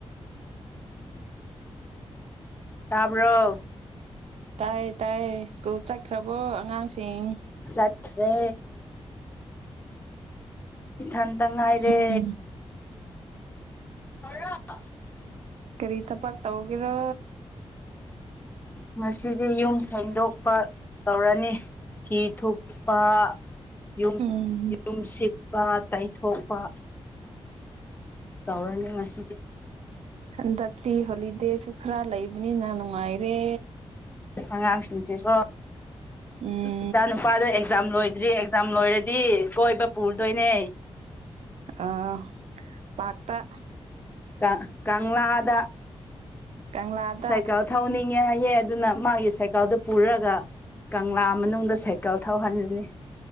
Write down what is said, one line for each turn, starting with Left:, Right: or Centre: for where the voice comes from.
Left: ꯇꯥꯕ꯭ꯔꯣ
Right: ꯇꯥꯏ ꯇꯥꯏ ꯁ꯭ꯀꯨꯜ ꯆꯠꯈ꯭ꯔꯕꯣ ꯑꯉꯥꯡꯁꯤꯡ
Left: ꯆꯠꯈ꯭ꯔꯦ ꯏꯊꯟꯇ ꯉꯥꯏꯔꯦ
Right: ꯍꯝ <inaudible>
Left: <unintelligible>
Right: ꯀꯔꯤ ꯊꯕꯛ ꯇꯧꯒꯦꯔꯥ
Left: ꯉꯁꯤꯗꯤ ꯌꯨꯝ ꯁꯦꯡꯗꯣꯛꯄ ꯇꯧꯔꯅꯤ ꯐꯤ ꯊꯨꯞꯄ ꯌꯨꯝ
Right: ꯎꯝ
Left: ꯌꯨꯝ ꯁꯤꯠꯄ ꯇꯩꯊꯣꯛꯄ ꯇꯧꯔꯅꯤ ꯉꯁꯤꯗꯤ
Right: ꯍꯟꯗꯛꯇꯤ ꯍꯣꯂꯤꯗꯦꯁꯨ ꯈꯔ ꯂꯩꯕꯅꯤꯅ ꯅꯨꯡꯉꯥꯏꯔꯦ
Left: ꯑꯉꯥꯡꯁꯤꯡꯁꯤꯀꯣ
Right: ꯎꯝ
Left: ꯏꯆꯥ ꯅꯨꯄꯥꯗꯣ ꯑꯦꯛꯖꯥꯝ ꯂꯣꯏꯗ꯭ꯔꯤ ꯑꯦꯛꯖꯥꯝ ꯂꯣꯏꯔꯗꯤ ꯀꯣꯏꯕ ꯄꯨꯔꯗꯣꯏꯅꯦ
Right: ꯑꯥ ꯄꯥꯛꯇ
Left: ꯀ ꯀꯥꯡ ꯀꯪꯂꯥ ꯀꯪꯂꯥ ꯗ
Right: ꯀꯪꯂꯥꯗ
Left: ꯁꯥꯏꯀꯦꯜ ꯊꯧꯅꯤꯡꯉꯦ ꯍꯥꯏꯌꯦ ꯑꯗꯨꯅ ꯃꯥꯒꯤ ꯁꯥꯏꯀꯜꯗꯣ ꯄꯨꯔꯒ ꯀꯪꯂꯥ ꯃꯅꯨꯡꯗ ꯁꯥꯏꯀꯜ ꯊꯧꯍꯜꯂꯅꯤ